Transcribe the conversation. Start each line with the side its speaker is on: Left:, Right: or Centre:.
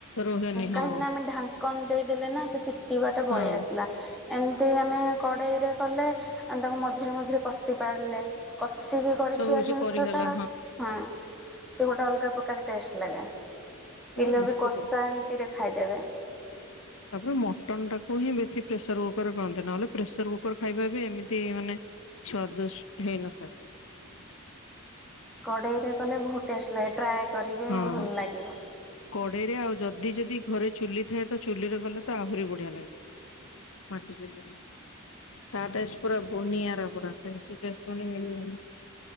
Left: ରୁହେନି ହଁ
Centre: କାହିଁକି ନା ଆମେ ଢାଙ୍କନ ଦେଇଦେଲେ ନା ସେ ସେତିକି ବାଟ ପଳେଇ
Left: ହଁ
Centre: ଆସିଲା। ଏମିତି ଆମେ କଡ଼େଇରେ କଲେ ଆମେ ତାକୁ ମଝିରେ ମଝିରେ କଷିପାରିଲେ କଷି। କଶିକି କରିଥିବା
Left: ସବୁ କିଛି
Centre: ଜିନିଷଟା
Left: କରିହେଲା
Centre: ହଁ ସେ ଗୋଟେ ଅଲଗା ପ୍ରକାର ଟେଷ୍ଟ ଲାଗେ
Left: ହଁ
Centre: ପିଲା
Left: ନିଶ୍ଚିତ।
Centre: ବି କଷା ଏମିତି ରେ ଖାଇଦେବେ।
Left: ତାପରେ ମଟନ ଟାକୁ ହିଁ ବେଶୀ ପ୍ରେସର କୁକୁର ଖାଆନ୍ତି ନହେଲେ ପ୍ରେସର କୁକର ଖାଇବା ବି ଏମିତି ମାନେ ସ୍ଵାଦୁଷ୍ଟି ହେଇନପାରେ।
Centre: କଡେଇରେ କଲେ ବହୁତ ଟେଷ୍ଟ ଲାଗେ ଟ୍ରାଏ କରିବେ
Left: ହଁ।
Centre: ଭଲ ଲାଗିବ।
Left: କଡେଇରେ ଆଉ ଯଦି ଯଦି ଘରେ ଚୁଲି ଥାଏ ତ ଚୁଲିରେ ଗଲେ ତ ଆହୁରି ବଢିଆ ଲାଗିବ। ମାଟି ଚଲିରେ ତା ଟେଷ୍ଟ ପୁରା ବନିଆରା ପୁରା ଏମିତି ଟେଷ୍ଟ ମାନେ ମିଳିବନି।